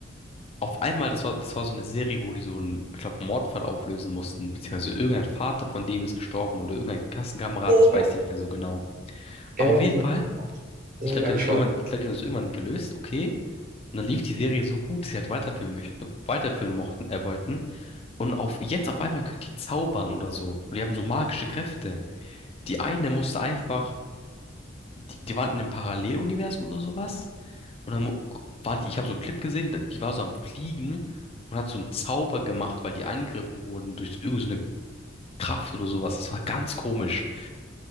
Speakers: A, on the left; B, on the right.
A: auf einmal, das war, das war so eine Serie, wo die so einen, ich glaube, Mordfall auflösen mussten, beziehungsweise irgendein Vater von dem ist gestorben oder irgendein Klassenkamerad,
B: Ja, ja,
A: ich weiß
B: ja.
A: nicht mehr so genau. Aber
B: Ja, ganz
A: auf jeden
B: genau.
A: Fall,
B: Das
A: ich
B: habe
A: glaube,
B: ich
A: die
B: angeschaut.
A: haben das irgendwann, ich glaube, die haben das irgendwann gelöst, okay. Und dann lief die Serie so gut, dass sie halt weiterführen möchten, weiterführen mochten, äh, wollten. Und auf, jetzt auf einmal können die zaubern oder so. Und die haben so magische Kräfte. Die eine musste einfach die, die waren in einem Paralleluniversum oder sowas. Und dann mu- war die, ich habe so einen Clip gesehen, da- die war so am Fliegen und hat so einen Zauber gemacht, weil die angegriffen wurden durch irgendeine so eine Kraft oder sowas. Das war ganz komisch.